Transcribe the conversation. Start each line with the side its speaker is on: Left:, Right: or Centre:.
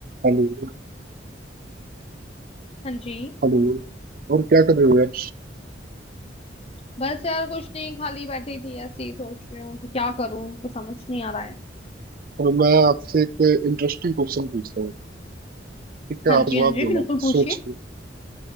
Right: हेलो
Left: हाँ जी
Right: हेलो और क्या कर रहे हो यार
Left: बस यार कुछ नहीं खाली बैठी थी ऐसे ही सोच रही हूँ कि क्या करूँ तो समझ नहीं आ रहा है
Right: चलो मैं आपसे एक इंटरेस्टिंग क्वेश्चन पूछता हूँ ठीक है
Left: हाँ
Right: आप
Left: जी
Right: जवाब
Left: हाँ जी
Right: देना
Left: बिल्कुल पूछिए
Right: सोच के